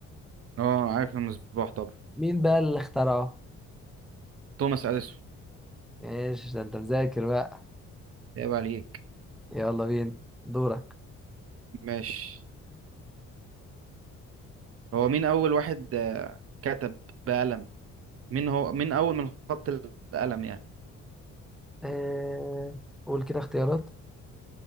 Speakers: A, on the right; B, in the centre.
A: اه عارف المصباح طبعا
B: مين بقى اللي اخترعه
A: توماس أديسون
B: ماشي ده انت مذاكر بقى
A: عيب عليك
B: يلا بينا دورك
A: ماشي هو مين أول واحد آه، كتب بقلم مين هو مين أول من خط القلم يعني
B: آه... قول كده اختيارات